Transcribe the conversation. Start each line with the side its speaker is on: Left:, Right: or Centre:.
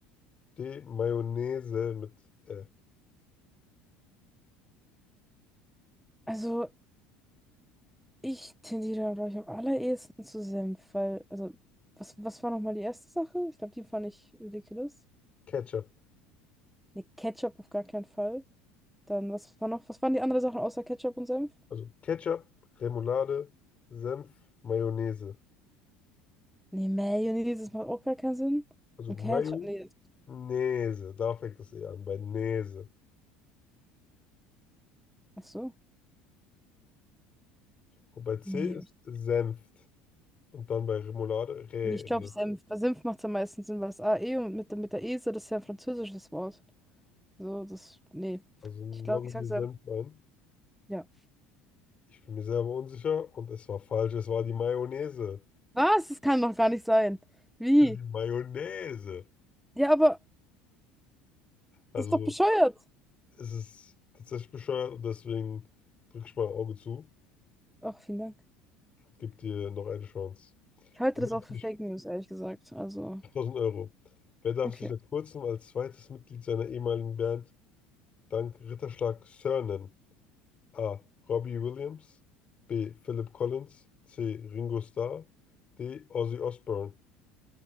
Left: D. Mayonnaise mit Ä.
Centre: Also, ich tendiere, glaube ich, am allerehesten zu Senf, weil, also, was, was war nochmal die erste Sache? Ich glaube, die fand ich ridiculous.
Left: Ketchup.
Centre: Nee, Ketchup auf gar keinen Fall. Dann, was war noch, was waren die anderen Sachen außer Ketchup und Senf?
Left: Also Ketchup, Remoulade, Senf, Mayonnaise.
Centre: Nee, Mayonnaise, das macht auch gar keinen Sinn.
Left: Also
Centre: Und
Left: Mayonnaise.
Centre: Ketchup, nee.
Left: Da fängt das E an, bei Näse.
Centre: Ach so.
Left: Und bei C
Centre: Nee.
Left: ist Senft. Und dann bei Remoulade Rä.
Centre: Ich glaube, Senf. Bei Senf macht es am meisten Sinn, weil das AE und mit, der- mit der Ese, das ist ja ein französisches Wort. So, das. Nee.
Left: Also ein
Centre: Ich glaube,
Left: Lonely
Centre: ich sag Senf.
Left: Sandlein.
Centre: Ja.
Left: Ich bin mir selber unsicher und es war falsch. Es war die Mayonnaise.
Centre: Was? Das kann doch gar nicht sein. Wie?
Left: Die Mayonnaise.
Centre: Ja, aber
Left: Also
Centre: das ist doch bescheuert.
Left: es ist tatsächlich bescheuert und deswegen drücke ich mein Auge zu
Centre: Ach, vielen Dank.
Left: und gebe dir noch eine Chance.
Centre: Ich halte
Left: Dann
Centre: das
Left: natürlich
Centre: auch für Fake News, ehrlich gesagt. Also,
Left: 1000 Euro. Wer darf
Centre: okay.
Left: sich seit kurzem als zweites Mitglied seiner ehemaligen Band dank Ritterschlag Sir nennen? A. Robbie Williams. B. Philip Collins. C. Ringo Starr. D. Ozzy Osbourne.